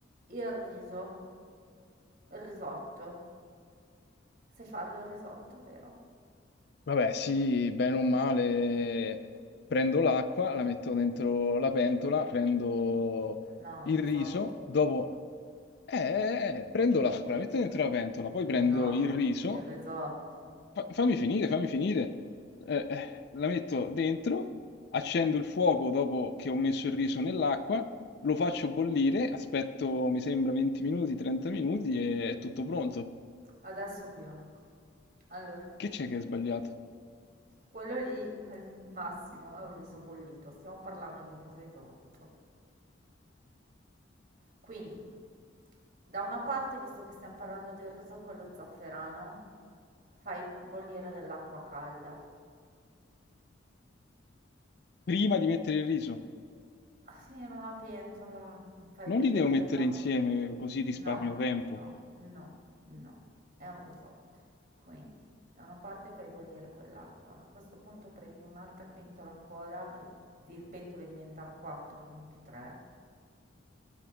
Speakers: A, on the right; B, on the left.
A: il riso, il risotto. Sai farlo il risotto, vero?
B: Vabbè, sì, bene o male, prendo l'acqua, la metto dentro la pentola, prendo
A: No,
B: il
A: il risotto.
B: riso, dopo... Eh, eh, eh, prendo l'acqua, la metto dentro la pentola, poi prendo
A: No,
B: il riso,
A: il risotto.
B: Fa- fammi finire, fammi finire. Eh, eh, la metto dentro, accendo il fuoco dopo che ho messo il riso nell'acqua, lo faccio bollire, aspetto, mi sembra, 20 minuti, 30 minuti e è tutto pronto.
A: Adesso piango. Allora,
B: Che c'è che è sbagliato?
A: quello lì al massimo è un riso bollito. Stiamo parlando di un risotto. Quindi, da una parte, visto che stiamo parlando del riso con lo zafferano, fai bollire dell'acqua calda.
B: Prima di mettere il riso,
A: Sì, in una pentola fai
B: non
A: bollire
B: li devo mettere
A: dell'acqua.
B: insieme così risparmio
A: No,
B: tempo.
A: no, no, no, è un risotto. Quindi, da una parte fai bollire quell'acqua, a questo punto prendi un'altra pentola ancora, e di- le pentole diventano quattro, non più tre,